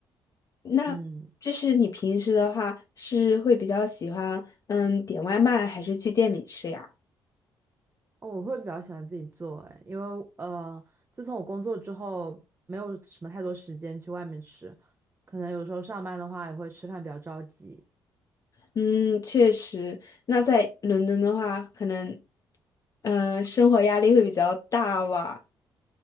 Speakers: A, on the left; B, on the right.
A: 那就是你平时的话是会比较喜欢嗯点外卖，
B: 嗯，
A: 还是去店里吃呀？
B: 哦我会比较喜欢自己做，哎，因为呃，自从我工作之后，没有什么太多时间去外面吃，可能有时候上班的话也会吃饭比较着急。
A: 嗯，确实。那在伦敦的话，可能，嗯、生活压力会比较大吧。